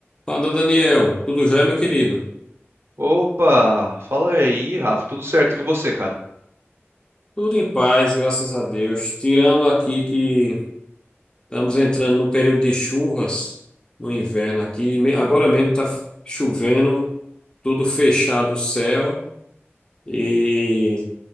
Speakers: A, on the left; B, on the right.
A: Fala, Daniel. Tudo jóia, meu querido?
B: Opa, fala aí, Rafa. Tudo certo com você, cara?
A: Tudo em paz, graças a Deus. Tirando aqui que estamos entrando num período de chuvas no inverno aqui. Me- Agora mesmo está chovendo, tudo fechado o céu. E